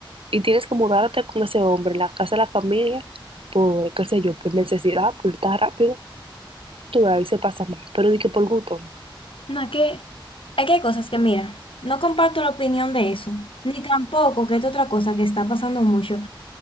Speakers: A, on the right (about 85°); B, on the left (about 75°).
A: y tienes que mudarte con ese hombre en la casa de la familia por, qué sé yo, por necesidad, por estar rápido, tú ahí se pasa más, pero di que por gusto. no.
B: No, es que, es que hay cosas que, mira, no comparto la opinión de eso, ni tampoco que es otra cosa que está pasando mucho.